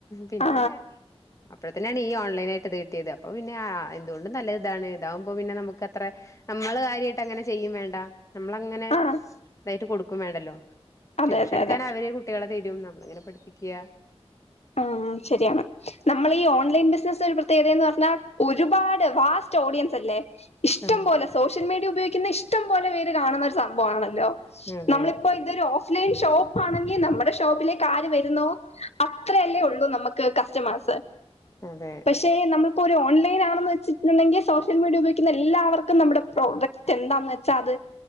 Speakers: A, on the left; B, on the left.
A: പിന്നെ
B: ആ
A: അപ്പ തന്നാണ് ഈ ഓൺലൈൻ ആയിട്ട് ഇത് കിട്ടിയത് അപ്പൊ പിന്നെ ആ എന്തുകൊണ്ടും നല്ലത് ഇതാണ് ഇതാകുമ്പോ നമുക്ക് അത്ര നമ്മൾ കാര്യയിട്ട് അങ്ങനെ ചെയ്യും വേണ്ട നമ്മളങ്ങനെ
B: ആ
A: ഇതായിട്ട് കൊടുക്കും ക്കും വേണ്ടല്ലോ
B: അതെ
A: ട്യൂഷൻ
B: അതെ
A: എടുക്കാൻ
B: അതെ
A: അവര് കുട്ടികളെ തരും നമ്മളിങ്ങനെ പഠിപ്പിക്കുക
B: ആ ശരിയാണ് നമ്മളീ ഓൺലൈൻ ബിസിനസ് ഒരു പ്രത്യേകത എന്ന് പറഞ്ഞ ഒരുപാട് വാസ്റ്റ് ഓഡിയൻസ് അല്ലേ ഇഷ്ടം
A: ഉം
B: പോലെ സോഷ്യൽ മീഡിയ ഉപയോഗിക്കുന്ന ഇഷ്ടം പോലെ കാണുന്ന ഒരു സംഭവം ആണല്ലോ
A: അതെ
B: നമ്മളിപ്പോ ഇതൊരു ഓ ലൈൻ ഷോപ്പ് ആണെങ്കിൽ നമ്മടെ ഷോപ്പിലേക്ക് ആര് വര്ന്നോ അത്രെയല്ലേ ഒള്ളൂ നമ്ക്ക് കസ്റ്റമേഴ്സ്
A: അതെ
B: പഷേ നമ്മൾ പ്പൊ ഒരു ഓൺലൈനാണെന്ന് വെച്ച്ട്ട്ണ്ടെങ്കിൽ സോഷ്യൽ മീഡിയ ഉപയോഗിക്ക്ന്ന എല്ലാവർക്കും നമ്മ്ടെ പ്രോഡക്റ്റ് എന്താന്ന് വെച്ചാ അത്